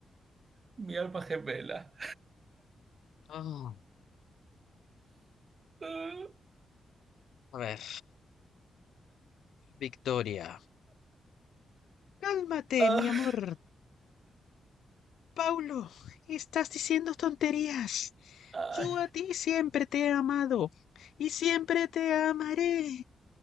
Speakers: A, on the right (about 40°); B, on the left (about 90°).
A: mi alma gemela.
B: Ah,
A: Ah,
B: a ver. Victoria. Cálmate,
A: ah,
B: mi amor. Paulo, estás diciendo tonterías.
A: ay,
B: Yo a ti siempre te he amado y siempre te amaré.